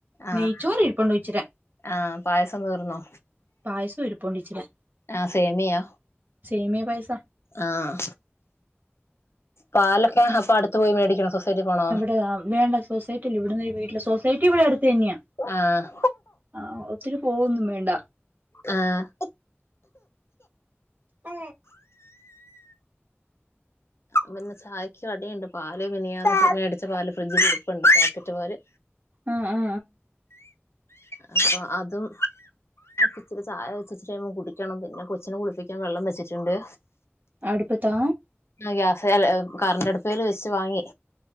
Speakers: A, on the left (about 70°); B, on the right (about 40°).
A: ആഹ്
B: നെയ്ച്ചോറ് ഇരുപ്പൊണ്ട് ഉച്ചിര.
A: ആഹ് പായസം തീർന്നോ?
B: പായസം ഇരുപ്ണ്ടിച്ചിരെ
A: ആഹ് സേമിയാ.
B: സേമിയ പായസ.
A: ആഹ് പാലൊക്കെ അപ്പൊ അടുത്ത് പോയി മേടിക്കോ സൊസൈറ്റി പോണോ.
B: <unintelligible> വേണ്ട സൊസൈറ്റി അല്ല ഇവിടന്ന് ഒരു വീട്ടില് സൊസൈറ്റി ഇവടെ അടുത്ത് തന്നെയാ.
A: ആഹ്
B: ആ ഒത്തിരി പോവൊന്നും വേണ്ട
A: ആഹ്.
B: ആ
A: പിന്നെ ചായയ്ക്ക് കടിയുണ്ട് പാല് മനിഞാന് മേടിച്ച പാല് ഫ്രിഡ്ജിൽ ഇരിപ്പുണ്ട് പാക്കറ്റ് പാല്.
B: ആഹ് ആഹ്
A: അപ്പൊ അതും. ഇച്ചിരിചായ വെച്ചച്ട് കുടിക്കണം പിന്നെ കൊച്ചിനെ കുളിപ്പിക്കാൻ വെള്ളം വെച്ചിട്ടുണ്ട്.
B: അടുപ്പത്താ
A: ആഹ് ഗ്യാസെല് കറണ്ടടുപ്പെല് വെച്ച് വാങ്ങി.